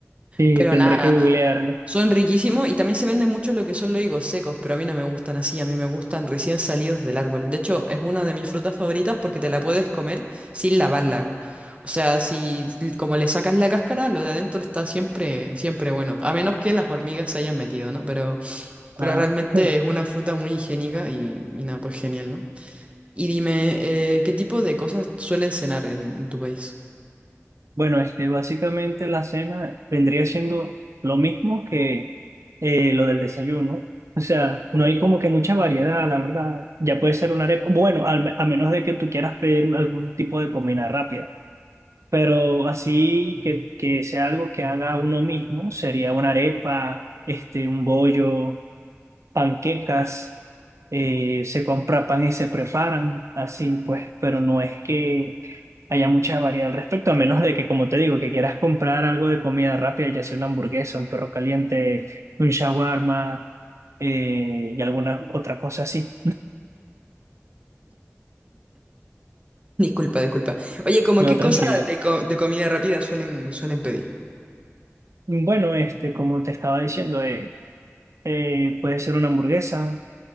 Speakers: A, on the right; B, on the right.
A: Sí,
B: Pero
A: tendré
B: nada,
A: que googlearlo.
B: son riquísimos y también se venden mucho lo que son los higos secos, pero a mí no me gustan así, a mí me gustan recién salidos del árbol. De hecho, es una de mis frutas favoritas porque te la puedes comer sin lavarla. O sea, si como le sacas la cáscara, lo de adentro está siempre, siempre bueno. A menos que las hormigas se hayan metido, ¿no? Pero, pero
A: Ah,
B: realmente
A: <laughs>
B: es una fruta muy higiénica y, y nada, pues genial, ¿no? Y dime, eh, ¿qué tipo de cosas suelen cenar en tu país?
A: bueno, este, básicamente la cena vendría siendo lo mismo que eh, lo del desayuno. O sea, no hay como que mucha variedad, la verdad. Ya puede ser una arepa. Bueno, al me- a menos de que tú quieras pedir algún tipo de comida rápida. Pero así que, que sea algo que haga uno mismo, sería una arepa, este, un bollo. panquecas, eh, se compra pan y se preparan así, pues, pero no es que haya mucha variedad al respecto, a menos de que, como te digo, que quieras comprar algo de comida rápida, ya sea una hamburguesa, un perro caliente, un shawarma eh, y alguna otra cosa así.
B: Disculpa, disculpa. Oye, como
A: No,
B: qué
A: tranquilo.
B: cosas de, co- de comida rápida suelen, suelen pedir?
A: Bueno, este, como te estaba diciendo, eh, eh, puede ser una hamburguesa,